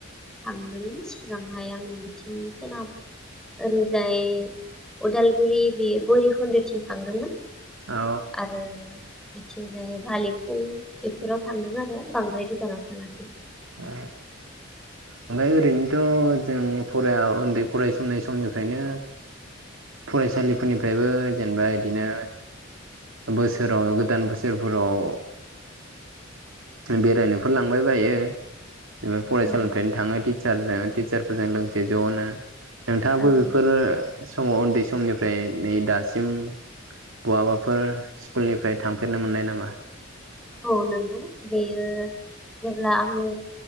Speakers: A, in the centre; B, on the right (about 85°).
A: थांदोंमोन सिगांहाय आङो बिथिं सोनाब ओरैजाय उदालगुरि बे भैरुखुन्दुथिं थांदोंमोन
B: औ
A: आरो बिथिंजाय भालिफुं बेफोराव थांदों आरो बांद्राय गोजानाव थाङाखै।
B: ओ ओमफाय ओरैनोथ' जों फराय औ उन्दै फरायसिलि समनिफ्रायनो फरायसालिफोरनिफ्रायबो जेनेबा बिदिनो बोसोराव गोदान बोसोरफोराव बेरायनोफोर लांबाय बायो। एबा फरायसालिनिफ्रायनो
A: औ
B: थाङो टिसारजों, टिसारफोरजों लोगोसे ज'नो। नोंथाङाबो
A: औ
B: बेफोरो समाव, उन्दै समनिफ्राय नै दासिम बहाबाफोर स्कुलनिफ्राय थांफेरनो मोननाय नामा?
A: औ नंगौ बेयो जेब्ला आङो